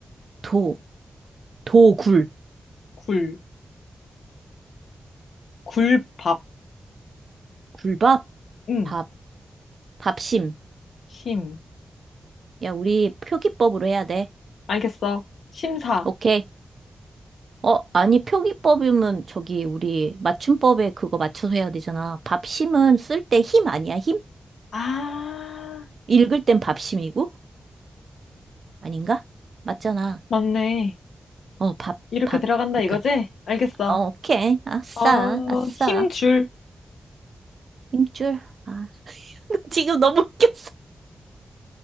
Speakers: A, on the right; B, on the left.
A: 도, 도, 굴.
B: 굴, 굴밥.
A: 굴밥?
B: 음.
A: 밥, 밥심.
B: 심.
A: 야, 우리 표기법으로 해야 돼.
B: 알겠어. 심사.
A: 오케이. 어, 아니, 표기법이면 저기 우리 맞춤법에 그거 맞춰서 해야 되잖아. 밥심은 쓸 때 힘 아니야, 힘?
B: 아,
A: 읽을 땐 밥심이고? 아닌가? 맞잖아.
B: 맞네.
A: 어, 밥,
B: 이렇게
A: 밥.
B: 들어간다
A: 그러니까.
B: 이거지? 알겠어.
A: 어, 오케이. 아싸,
B: 어,
A: 아싸.
B: 힘줄.
A: 힘줄. 아, <laughs> 지금 너무 웃겼어.